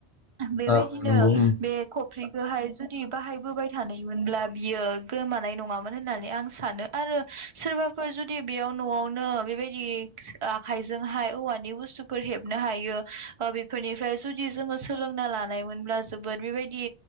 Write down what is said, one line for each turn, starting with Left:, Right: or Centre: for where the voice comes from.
Right: बेबायदिनो
Left: औ नंगौ उम
Right: बे ख फ्रिखोहाय जुदि बाहायबोबाय थानायमोनब्ला बियो गोमानाय नंङामोन होननानै आं सानो आ रो सोरबाफोर जुदि बेयाव न'आवनो बेबायदि आखाइजोंहाय औवानि बुस्थुफोर हेब नो हायो ओ बेफोरनिफ्राइ जुदि जोंङो सोलोंना लानाय मोनब्ला जोबोद बेबायदि